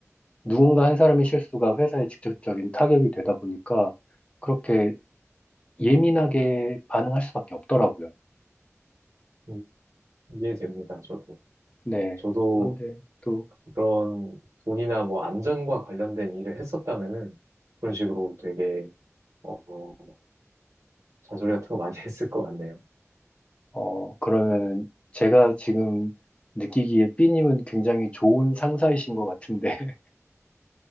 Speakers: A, on the left; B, on the right.
A: 누군가 한 사람의 실수가 회사에 직접적인 타격이 되다 보니까, 그렇게 예민하게 반응할 수밖에 없더라고요.
B: 음, 이해됩니다. 저도
A: 네.
B: 저도
A: 그런데 또,
B: 그런 돈이나 뭐 안전과 관련된 일을 했었다면은 그런 식으로 되게 어, 잔소리 같은 거 많이 <laughs> 했을 것 같네요.
A: 어, 그러면은 제가 지금 느끼기에 B님은 굉장히 좋은 상사이신 것 같은데,